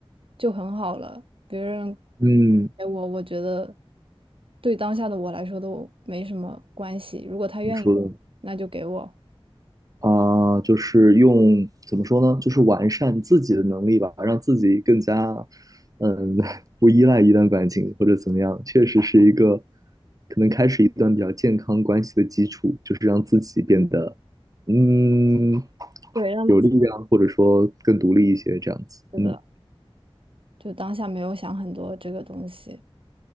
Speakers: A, on the right (about 65°); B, on the right (about 35°).
A: 就很好了，别人
B: 嗯，
A: 给我，我觉得对当下的我来说都没什么关系。如果他愿意给，
B: 你说的。
A: 那就给我，
B: 啊、就是用怎么说呢？就是完善自己的能力吧，让自己更加，嗯 <laughs>，不依赖一段感情或者怎么样，确实是一个可能开始一段比较健康关系的基础，就是让自己变得，嗯，
A: 对，让自
B: 有力量，或者说更独立一些，这样子。
A: 己的，
B: 嗯
A: 就当下没有想很多这个东西。